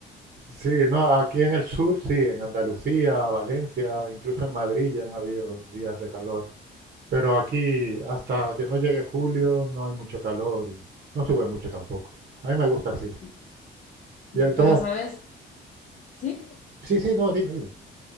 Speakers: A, on the right; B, on the left.
A: Sí, no, aquí en el sur sí, en Andalucía, Valencia, incluso en Madrid ya han habido días de calor. Pero aquí, hasta que no llegue julio, no hay mucho calor y no sube mucho tampoco. A mí me gusta así.
B: Sí, sí,
A: Y entonces,
B: pero ¿sabes? Sí.
A: sí, sí, no, dime, dime.